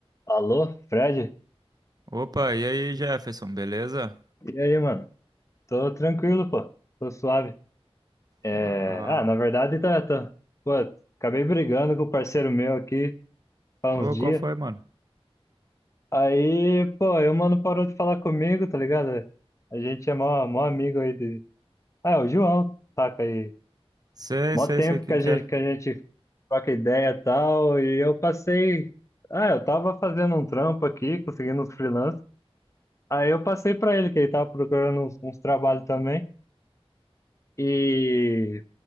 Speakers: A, on the left; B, on the right.
A: Alô, Fred?
B: Opa, e aí, Jefferson, beleza?
A: E aí, mano? Tô tranquilo, pô. Tô suave. É...
B: Bom.
A: Ah, na verdade, tá, tá. Pô, acabei brigando com o parceiro meu aqui há
B: Ô,
A: uns dias.
B: qual foi, mano?
A: Aí, pô, aí o mano parou de falar comigo, tá ligado? A gente é mó, mó amigo aí de. Ah, é o João, saca aí.
B: Sei,
A: Mó
B: sei,
A: tempo
B: sei quem
A: que a
B: que
A: gente,
B: é.
A: que a gente troca ideia e tal. E eu passei. Ah, eu tava fazendo um trampo aqui, conseguindo uns freelance. Aí eu passei pra ele, que ele tava procurando uns, uns trabalhos também. E.